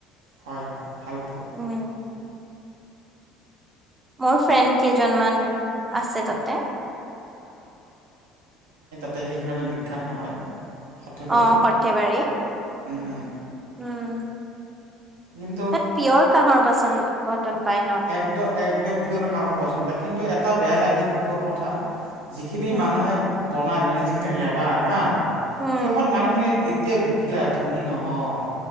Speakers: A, on the right; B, on the right.
A: হয়-হয় হেল্পফুল।
B: উম। মোৰ ফ্ৰেণ্ড কেইজনমান আছে তাতে।
A: ত সেইকাৰণে বিখ্যাত নহয়? সৰ্থেবাৰী
B: অ সৰ্থেবাৰী।
A: উম উম
B: উম।
A: কিন্তু
B: তাত পিয়ৰ কাঁহৰ বাচন বৰ্তন পায় ন?
A: একদম-একদম পিয়ৰ কাঁহৰ বাচন পায়, কিন্তু বেয়া লাগে দুখৰ কথা যিখিনি
B: উম।
A: মানুহে বনাই মানে যিখিনি লেবাৰ হা।
B: উম,
A: সিহঁত মানুহখিনি এতিয়াও দুখীয়া। ধনী নহয়